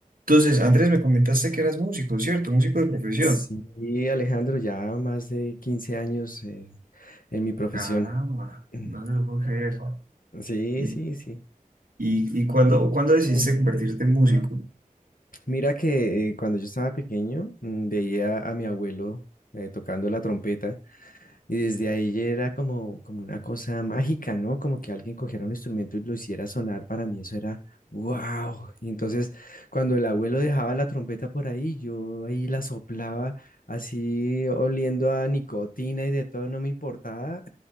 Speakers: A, on the right (about 80°); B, on the left (about 75°).
A: Entonces, Andrés, me comentaste que eras músico, ¿cierto? Músico de profesión.
B: Sí, Alejandro, ya más de 15 años eh, en mi profesión.
A: Caramba,
B: <clears throat>
A: no te lo puedo creer.
B: Sí,
A: ¿Y,
B: sí, sí.
A: y, y cuándo, cuándo decidiste
B: <clears throat>
A: convertirte en músico?
B: Mira que eh, cuando yo estaba pequeño mm, veía a mi abuelo eh, tocando la trompeta y desde ahí ya era como, como una cosa mágica, ¿no? Como que alguien cogiera un instrumento y lo hiciera sonar, para mí eso era wow. Y entonces cuando el abuelo dejaba la trompeta por ahí, yo ahí la soplaba así oliendo a nicotina y de todo, no me importaba.